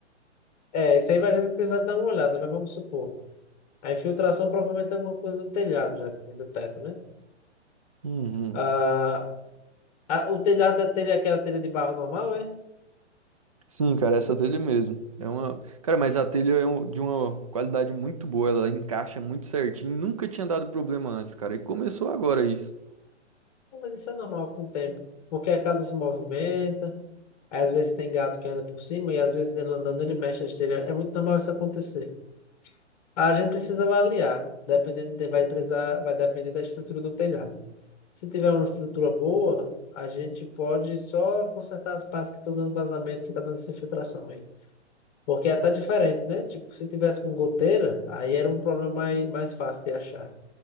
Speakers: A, on the left (about 35°); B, on the right (about 30°).
A: É, isso aí vai a gente precisar dar uma olhada, mas vamos supor. A infiltração provavelmente é alguma coisa do telhado, já que vem do teto, né?
B: Uhum.
A: Ah, a- o telhado da telha é aquela telha de barro normal, é?
B: Sim, cara, essa telha mesmo. É uma, cara, mas a telha é um- de uma qualidade muito boa, ela encaixa muito certinho, nunca tinha dado problema antes, cara, e começou agora isso.
A: Não, Mas isso é normal com o tempo, porque a casa se movimenta, aí às vezes tem gato que anda por cima e às vezes ele andando ele mexe a esteira. É muito normal isso acontecer. A gente precisa avaliar, dependendo, de- vai precisar, vai depender da estrutura do telhado. Se tiver uma estrutura boa, a gente pode só consertar as partes que estão dando vazamento, que está dando essa infiltração aí. Porque é até diferente, né? Tipo, se tivesse com goteira, aí era um problema mais, mais fácil de achar.